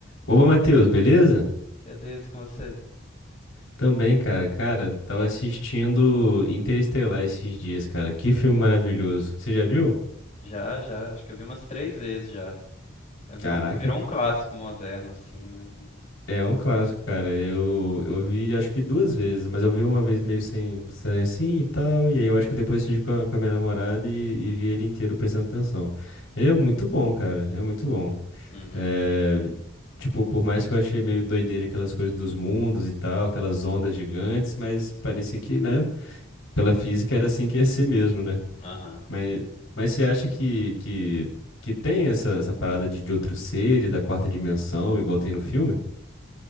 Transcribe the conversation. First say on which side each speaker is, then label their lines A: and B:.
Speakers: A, on the left; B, on the left.
A: Opa, Matheus, beleza?
B: Beleza, e com você?
A: Também, cara. Cara, tava assistindo Interestelar esses dias, cara. Que filme maravilhoso. Você já viu?
B: Já, já. Acho que eu vi umas três vezes já. É, virou
A: Caraca,
B: um, virou um clássico moderno, assim, né? E-
A: é um clássico, cara. Eu, eu vi acho que duas vezes, mas eu vi uma vez meio sem, sem assim e tal. E aí eu acho que depois assisti com a, com a minha namorada e, e vi ele inteiro prestando atenção. Ele é muito bom, cara. É muito bom.
B: Uhum.
A: É, Tipo, por mais que eu achei meio doideira aquelas coisas dos mundos e tal, aquelas ondas gigantes, mas parecia que, né? pela física era assim que ia ser mesmo, né?
B: Aham.
A: Mas, mas você acha que, que, que tem essa, essa parada de, de outros seres da quarta dimensão, igual tem no filme?